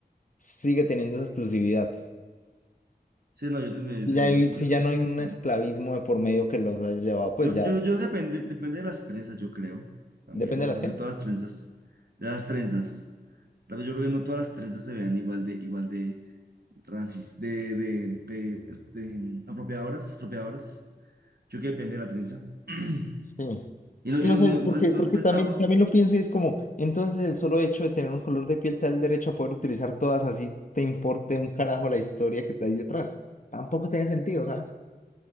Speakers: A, on the left (about 45°); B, on the right (about 65°).
A: sigue teniendo esa exclusividad?
B: Sí, no, yo te entiendo, yo
A: Si
B: te
A: ya,
B: entiendo.
A: hay-
B: Es un,
A: si
B: es un,
A: ya
B: es
A: no
B: un-
A: hay un esclavismo de por medio que los haya llevado, pues
B: Yo,
A: ya
B: yo, yo creo que depende, depende de las trenzas, yo creo. También,
A: depende
B: no
A: de las
B: creo
A: que.
B: que todas las trenzas, de las trenzas, tal vez yo creo que no todas las trenzas se vean igual de, igual de racis, de, de, de, de apropiadoras, apropiadoras. Yo creo que depende de la trenza. <clears throat>
A: Sí.
B: Y
A: Es
B: no,
A: que
B: y
A: no
B: no,
A: sé,
B: no, no,
A: porque,
B: no
A: porque
B: has pensado.
A: también, también lo pienso y es como, entonces el solo hecho de tener un color de piel te da el derecho a poder utilizar todas así, te importe un carajo la historia que hay detrás. Tampoco tiene sentido, ¿sabes?